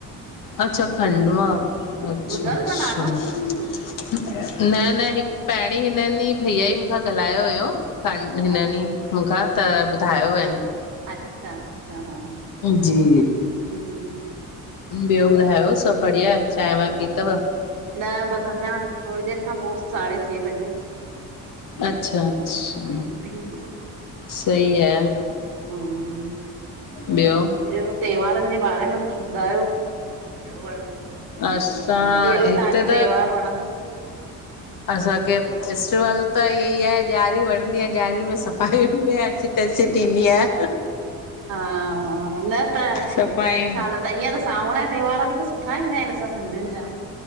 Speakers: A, on the left (about 65°); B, on the right (about 85°).
A: अच्छा खंडवा मां, अचछा-
B: ॿुधल
A: अछा।
B: अथव नालो?
A: न न, हिकु पहिरीं हिनन ई भैया ई मूंखां ॻाल्हायो हुयो ख हिननी
B: अ-
A: मूंखां त ॿुधायो अन।
B: अच्छा- अच्छा, हा।
A: जी।
B: जी
A: ॿियो ॿुधायो, सभु बढ़िया, चांय, वांय पीतव?
B: न बस अंञा थोड़ी देर खां पो, साढे छंहे बजे।
A: अच्छा-अच्छा,
B: रूटीन
A: सही आहे।
B: हम।
A: ॿियो
B: ॿियो त्योहारनि जे बारे में कुछु ॿुधायो? कहिड़ो बाल पझु अथव? <unintelligible>
A: असां।
B: कहिड़ो
A: हिते
B: तहांखे
A: त
B: त्योहारु वणे
A: असांखे फेस्टिवल त इअ ई आहे, ॾियारी वणंदी आहे, ॾियांरी में सफ़ाईुनि में एसी- तेसी थींदी आहे।
B: हा, हा, न त
A: सफ़ाइयूं
B: छा न, न ईअं त सावण जा त्योहार बि त सुठा ईंदा आहिनि। असां सिंधियुनि जा